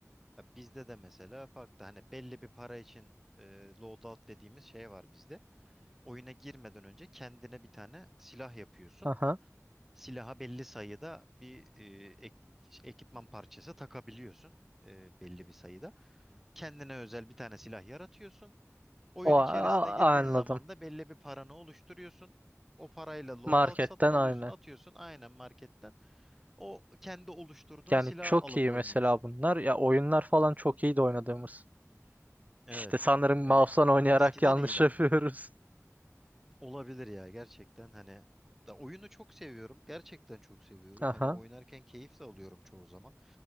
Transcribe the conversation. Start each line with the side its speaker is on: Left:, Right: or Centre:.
Centre: Ya bizde de mesela farklı. Hani belli bir para için e, loadout dediğimiz şey var bizde. Oyuna girmeden önce kendine bir tane silah yapıyorsun.
Right: Aha.
Centre: Silaha belli sayıda bir e, ek- ekipman parçası takabiliyorsun. e, belli bir sayıda. Kendine özel bir tane silah yaratıyorsun. Oyun
Right: O
Centre: içerisine
Right: a- a-
Centre: girdiğin
Right: anladım.
Centre: zaman da belli bir paranı oluşturuyorsun. O parayla loadout
Right: Marketten
Centre: satın alıyorsun,
Right: aynen.
Centre: atıyorsun aynen marketten. O kendi oluşturduğun
Right: Yani
Centre: silahı
Right: çok
Centre: alıp
Right: iyi
Centre: oynuyorsun.
Right: mesela bunlar. Ya oyunlar falan çok iyi de oynadığımız.
Centre: Evet.
Right: İşte sanırım
Centre: Yani
Right: mouse'dan oynayarak
Centre: eskiden
Right: yanlış
Centre: iyiydi
Right: <laughs> yapıyoruz.
Centre: ama. Olabilir ya gerçekten hani da oyunu çok seviyorum. Gerçekten çok seviyorum.
Right: Aha.
Centre: Hani oynarken keyif de alıyorum çoğu zaman.